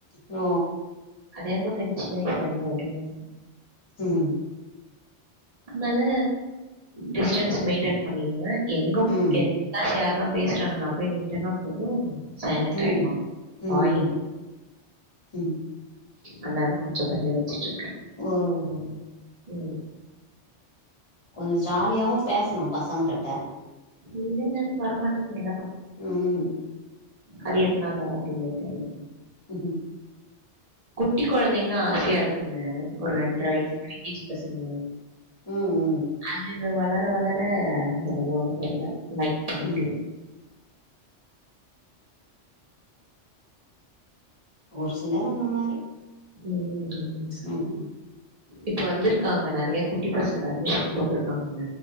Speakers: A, on the left (about 30°); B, on the right (about 40°).
A: ஓ
B: அதேன்மோ தெ சின்ன வயஸ்லந்து அப்டின
A: உ உ
B: அதுனால டிஸ்டன்ஸ் மெயின்டென் பண்ணிருங்க எங்கப்
A: ம்
B: என் நாசு யாருனா பேசுறாங்கண்ணா போய் நிண்டனா போது சைலன்ட்
A: ம்
B: ஆயிடுவா
A: ம்
B: வாயே <inaudible>
A: ம்
B: அந்தால கொஞ்சோ பயோ வச்சுட்ருக்கே
A: ஓவ்
B: உ
A: கொஞ்ச ஜாலியாவு பேசணு பசங்க கிட்ட
B: இல்லங்க எனக்கு வரமாட்டேன்து என்ன பன்ன
A: ம்
B: அது எதனால அப்டினே தெரியல
A: உ உ
B: குட்டி கொழந்தைங்கன்னா ஆசயா இருக்குங்க ஒரு ரெண்ட்ரை வயசு <unintelligible> ஏஜ் பசங்க
A: உ உ
B: அது இங்க வளர வளர ரொம்ப தெரில லைக் பண்ண
A: உ
B: முடியல
A: ஒரு சிலர் அந்த மாரி
B: உ உ உ
A: உ உ
B: இப்ப வந்திருக்காங்க நறைய குட்டி பசங்க அட்மிஷன் போட்ருக்காங்க